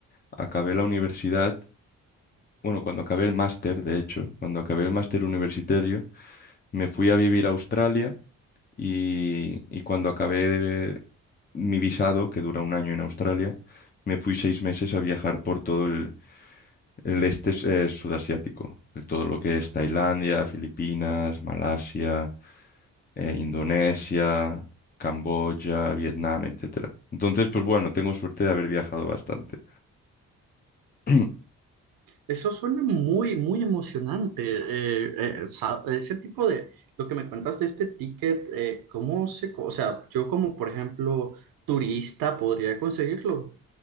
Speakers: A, on the left (about 25°); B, on the right (about 75°).
A: acabé la universidad, bueno, cuando acabé el máster, de hecho, cuando acabé el máster universitario, me fui a vivir a Australia y, y cuando acabé de- mi visado, que dura un año en Australia, me fui seis meses a viajar por todo el, el este eh, sudasiático, de todo lo que es Tailandia, Filipinas, Malasia, eh, Indonesia, Camboya, Vietnam, etcétera. Entonces, pues bueno, tengo suerte de haber viajado bastante. <clears throat>
B: eso suena muy, muy emocionante. eh, eh, sa- ese tipo de, lo que me cuentas de este ticket, eh, ¿cómo se, co- o sea, yo como, por ejemplo, turista podría conseguirlo?